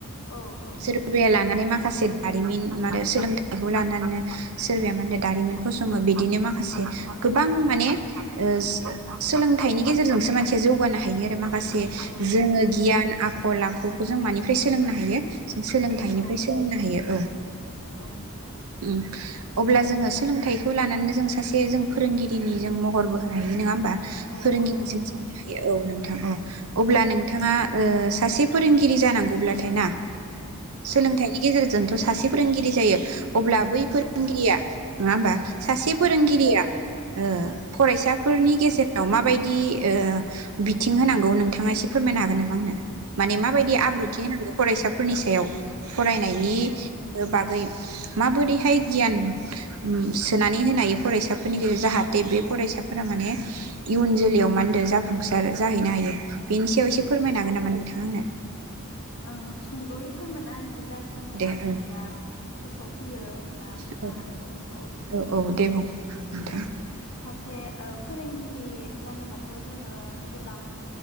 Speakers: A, on the left; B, on the right.
A: औ औ नोंथां
B: सोरबाया लानानै मा माखासे दारिमिन आरो सोलोंथाइखौ लानानै सोरबाया मा होनो दारिमिनफोरसो बिदिनो मा खासे
A: औ
B: गोबां माने ओ सोलोंथाइनि गेजेरजोंसो मानसिया जौगानो हायो आरो मा माखासे
A: औ
B: जोङो
A: औ
B: गियान आखल आखु खौ जों मानिफ्राय सोलोंनो हायो जों सोलोंथाइनिफ्राय
A: औ
B: सोलोंनो हायो औ
A: औ
B: उम। अब्ला जोङो सोलोंथाइखौ लानानैनो जों सासे जों फोरोंगिरिनि जों महरबो होनो हायो नङा होमबा।
A: औ
B: फोरोंगिरिजों
A: औ नंगौ नोंथां
B: जानो हायो औ नोंथां औ अब्ला नोंथाङा सासे फोरोंगिरि जानांगौब्लाथाय ना।
A: औ
B: सोलोंथाइनि गेजेरजों। सासे फोरोंगिरि जायो अब्ला बै। गिराया।
A: औ
B: नङाहोनबा। सासे फोरोंगिरिया
A: औ
B: ओ। फरायसाफोरनि गेजेराव माबायदि ओ बिथिं होनांगौ नोंथाङा एसे फोरमायनो हागोन नामा आंनो‌। माने माबायदि आब्रुथि
A: औ
B: होनांगौ फरायसा। फोरनि सायाव। फरायनायनि
A: औ
B: बागै माबोरै गियान सोनानै होनो हायो फरायसाफोरनि गेजेराव जाहाथे बे फरायसाफोरा माने इयुन जोलैयाव मा होनदों जाफुंसार जाहैनो हायो बेनि बेव एसे फोरमायनो हागोन नामा नोंथां आ आंनो।
A: ओं सुंद'यैफोर मायना। जाखिनि
B: दे
A: आं
B: ओ
A: दा गोसोआव फैयो बा बुंनो
B: औ
A: हानायखिनिखौ।
B: औ औ दे बुं नोंथां
A: औ। सासे फोरोंगिरि जानोबाथ' जोङो गोबां